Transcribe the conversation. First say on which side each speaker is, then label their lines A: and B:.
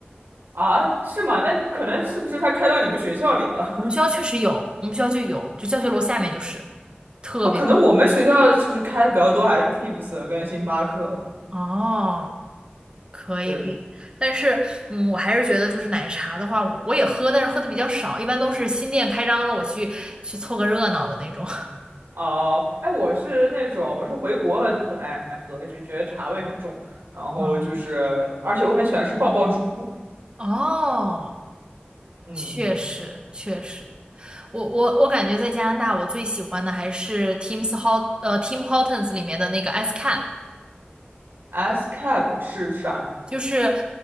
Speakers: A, on the right; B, on the right.
A: 啊？是吗？那可能是不是他开到你们学校里了？
B: 我们学校确实有，我们学校就有，就教学楼下面就是特别
A: <laughs> 哦，可能我们学校就是开的比较多，还是 Teams 跟星巴克。
B: 哦。可以可以，
A: 对，
B: 但是嗯，我还是觉得就是奶茶的话，我也喝，但是喝的比较少，一般都是新店开张了，我去去凑个热闹的那种。<laughs>
A: 哦，哎，我是那种，我是回国很爱喝，就觉得茶味很重，然后就是，
B: 嗯，
A: 而且我很喜欢吃爆爆珠，
B: 哦，
A: 嗯
B: 确实确实，我我我感觉在加拿大，我最喜欢的还是 Tim's Hot 呃 Tim Hortons 里面的那个 Ice Cap，
A: ，S cap 是啥？
B: 就是